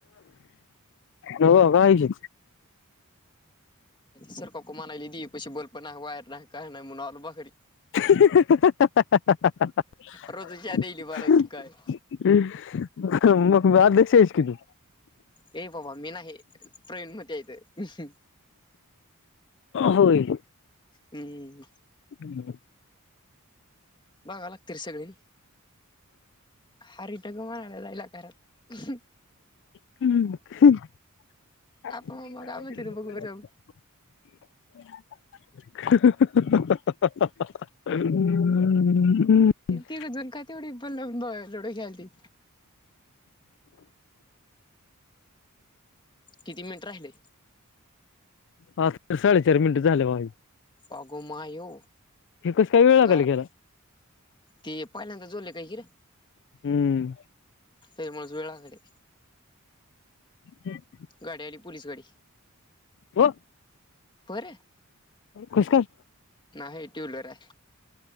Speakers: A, on the left (about 55°); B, on the left (about 20°).
A: हो कवा यायची?
B: सर काक मानयली त पशी बल्प ना वायर नाही. काय नाय म्हणुन आलो बाखरी
A: <unintelligible>
B: रोजची याद येईल मला ती काय
A: मग बाद <unintelligible> क्षस की तू
B: ये बाबा मी नाही प्रवीण मधे इथं
A: होय.
B: हम्म
A: हम्
B: बघा लागतील सगळे हा रिटगमन आलेला <unintelligible> <unintelligible>
A: हम्म
B: आपण
A: ह्
B: मग काय म्हणते बघू बर जाऊ
A: <inaudible> <unintelligible>
B: तीघ जण काय ते लुडो खेळायला होते. किती मिनिट राहिले?
A: हा साडेचार मिनिट झालं भाज
B: अगो मा ये
A: कस काय वेळ लागायला
B: घर
A: गेला
B: ते पहिल्यांदा जोले. कािर
A: हम्म
B: फेमस वेळाकडे
A: हम्
B: गाड्या आली पोलीस गाडी
A: हो
B: बरं
A: कस काय?
B: नाही टू व्हीलर हाय.